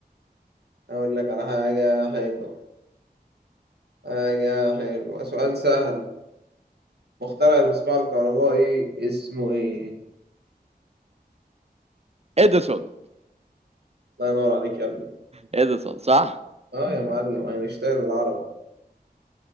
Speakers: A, on the right; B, on the right.
A: اقول لك على حاجة حلوة حاجة حلوة سؤال سهل مخترع المصباح الكهربائي اسمه ايه
B: إديسون
A: الله ينور عليك يا ابني
B: إديسون صح
A: اه يا معلم اينشتاين العرب